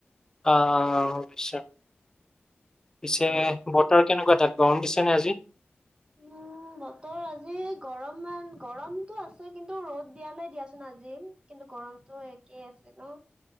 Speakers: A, on the left (about 15°); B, on the right (about 20°).
A: অ অশয় পিছে
B: উম,
A: বতৰ কেনেকুৱা তাত গম দিছেনে আজি
B: উম বতৰ আজি গৰমান গৰমতটো আছে কিন্তু ৰ'দ দিয়া নাই দিয়াচোন আজি কিন্তু গৰমতটো একেই আছে ন